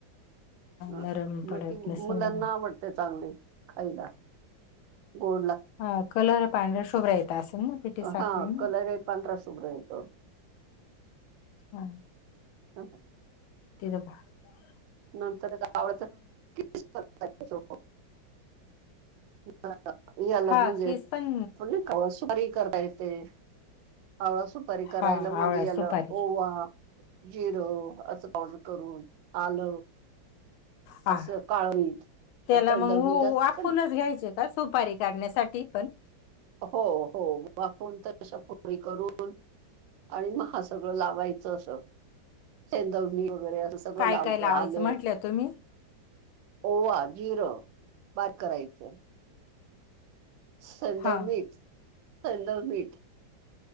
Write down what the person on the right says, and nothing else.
हा
मग ती मुलांना
आवडते चांगले. खायला गोड ला
हा कलरय पांधरा शुभ्र येतो.
ह <unintelligible>
नंतर त्या आवडच कती <unintelligible> याला
म्हजे
<unintelligible> सुपारी करता येते. आवळा सुपारी करायला
म्हणजे
याला
ओवा जिरों अस पावडर करून आल
असं काळ मीठ
असं एकदम
मीठ असतं
ना
हो हो वाफवून तशा पोळी करून आणि मग हा सगळं लावायचं असं सेंदवणी वगैरे अस. सगळं
लायतं
आलं
ओवा, जिरं बारीक करायचं सेंदव
मीठ सेंदव मीठ